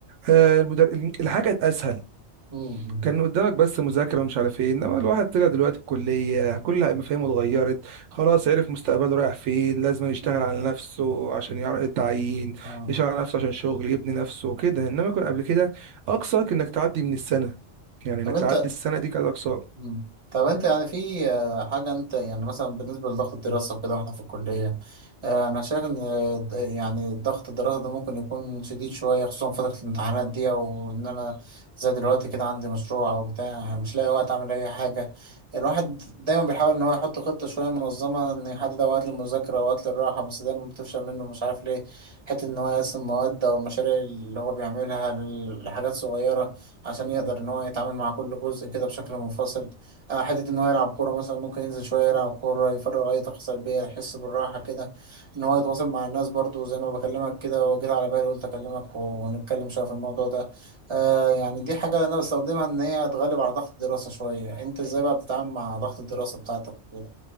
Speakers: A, on the right (about 80°); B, on the right (about 25°).
A: آه، المدر... الحاجة كانت اسهل
B: مم.
A: كان قدامك بس مذاكرة ومش عارف ايه انما الواحد طلع دلوقتي الكلية كل مفاهيمه اتغيرت خلاص عرف مستقبله رايح فين لازم يشتغل
B: مم.
A: على نفسه عشان يعرف التعيين
B: اه
A: يشتغل على نفسه عشان شغل يبني نفسه كده انما كان قبل كده اقصاك انك تعدي من السنة يعني
B: طب
A: انك
B: انت
A: تعدي السنة دي كانت اقصاك
B: مم. طب انت يعني في آه، حاجة انت يعني مثلا بالنسبة لضغط الدراسة وكده واحنا في الكلية آه، انا شايف ان آه، د- يعني ضغط الدراسة ده ممكن يكون شديد شوية خصوصا فترة الامتحانات دي او ان انا زي دلوقتي كده عندي مشروع او بتاع مش لاقي وقت اعمل اي حاجة الواحد دايما بيحاول ان هو يحط خطة شوية منظمة ان يحدد اوقات للمذاكرة واوقات للراحة بس دايما بتفشل منه مش عارف ليه حتة ان هو يقسم مواد او المشاريع اللي هو بيعملها لحاجات صغيرة عشان يقدر ان هو يتعامل مع كل جزء كده بشكل منفصل آه، حته ان هو يلعب كوره مثلا ممكن ينزل شويه يلعب كوره يفرغ اي طاقه سلبيه يحس بالراحه كده ان هو يتواصل مع الناس برضو زي ما بكلمك كده وجيت على بالي قلت اكلمك ونتكلم شويه في الموضوع ده آه يعني دي حاجه انا بستخدمها ان هي تغلب على ضغط الدراسه شويه انت ازاي بقى بتتعامل مع ضغط الدراسه بتاعتك كده